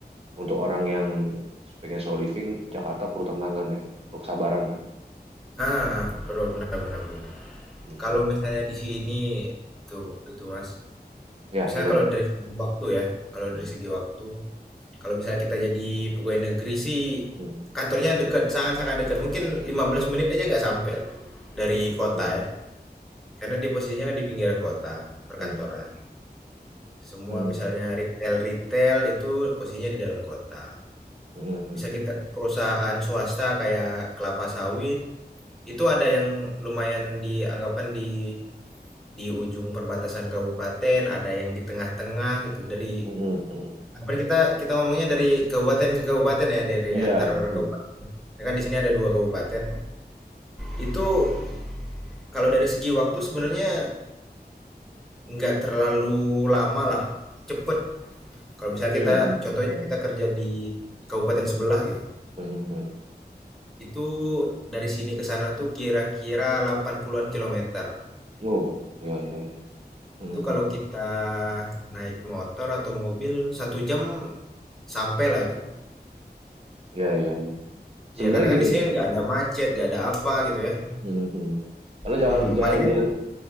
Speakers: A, on the right; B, in the centre.
A: untuk orang yang pengen solo living Jakarta perlu tantangan ya perlu kesabaran lah
B: Ah, perlu, benar-benar. bener.
A: gitu
B: Kalau misalnya di sini tuh itu, Mas,
A: ya
B: misalnya
A: gimana
B: kalau dari segi waktu ya, kalau
A: Hmm,
B: dari segi waktu, kalau misalnya kita jadi pegawai negeri sih
A: hmm,
B: kantornya deket, sangat-sangat deket, mungkin 15 menit aja nggak sampai lah dari kota
A: hmm,
B: ya, karena dia posisinya kan di pinggiran kota, perkantoran.
A: hmm,
B: Semua
A: hmm,
B: misalnya retail-retail itu posisinya di dalam kota.
A: hmm, hmm,
B: Misal kita ke perusahaan swasta kayak kelapa sawit, itu ada yang lumayan dianggapan di di ujung perbatasan kabupaten, ada yang di tengah-tengah gitu. Dari
A: hmm, hmm. hmm.
B: anggapan kita kita ngomongnya dari kabupaten ke kabupaten ya, dari
A: Iya.
B: antar
A: hmm,
B: kabupaten. Karena Kan di sini ada dua kabupaten. Itu kalau dari segi waktu sebenarnya nggak terlalu lama lah, cepet. Kalau misalnya
A: hmm,
B: kita
A: hmm,
B: contohnya
A: iya.
B: kita kerja di kabupaten sebelah gitu.
A: Hmm, hmm.
B: Itu dari sini ke sana tuh kira-kira 80-an kilometer.
A: oh ya ya ya Hmm,
B: Itu
A: hmm.
B: kalau kita naik motor atau mobil satu jam sampai lah itu.
A: ya ya ya sebenarnya
B: Ya karena
A: gini
B: kan di sini kan nggak ada macet, nggak ada apa gitu ya.
A: hmm, hmm. karena jalan
B: Hmm,
A: jalan
B: palingan,
A: jalan